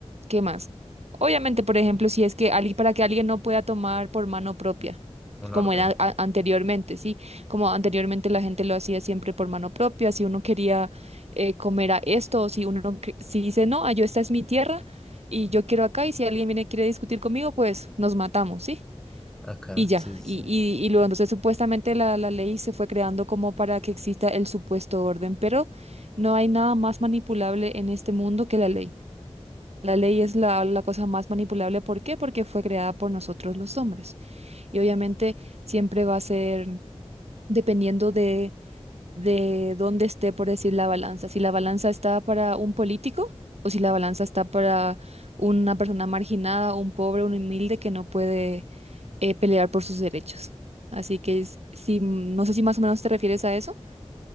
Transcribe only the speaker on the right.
¿qué más? Obviamente, por ejemplo, si es que alguien, para que alguien no pueda tomar por mano propia,
como era a- anteriormente, ¿sí? Como anteriormente la gente lo hacía siempre por mano propia, si uno quería eh, comer a esto, o si uno, que- si dice, no, ah, yo esta es mi tierra y yo quiero acá, y si alguien viene y quiere discutir conmigo, pues nos matamos, ¿sí?
Y ya,
y,
y, y luego entonces supuestamente la, la ley se fue creando como para que exista el supuesto orden, pero no hay nada más manipulable en este mundo que la ley. La ley es la, la cosa más manipulable. ¿Por qué? Porque fue creada por nosotros los hombres. Y obviamente siempre va a ser dependiendo de, de dónde esté, por decir, la balanza. Si la balanza está para un político o si la balanza está para una persona marginada, un pobre, un humilde que no puede eh, pelear por sus derechos. Así que es- si, mm, no sé si más o menos te refieres a eso.